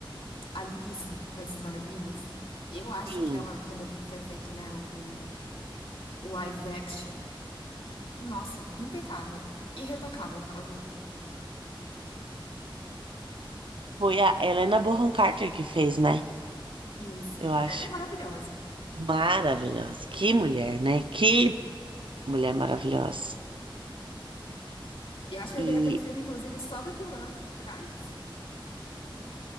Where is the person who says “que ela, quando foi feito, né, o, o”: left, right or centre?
Left